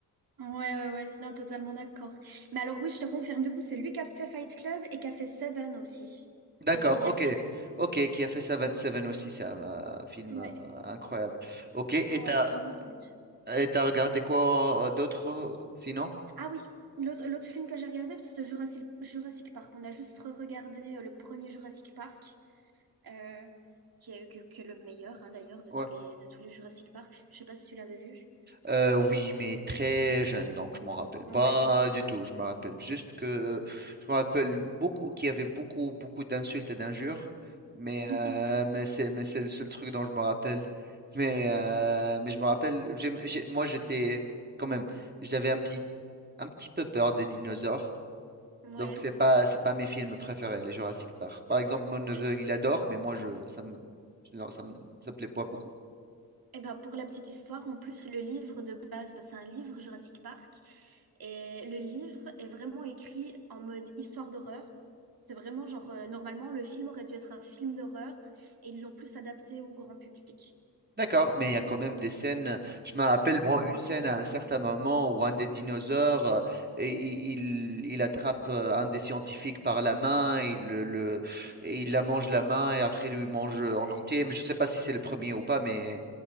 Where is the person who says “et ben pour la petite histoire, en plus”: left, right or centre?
Right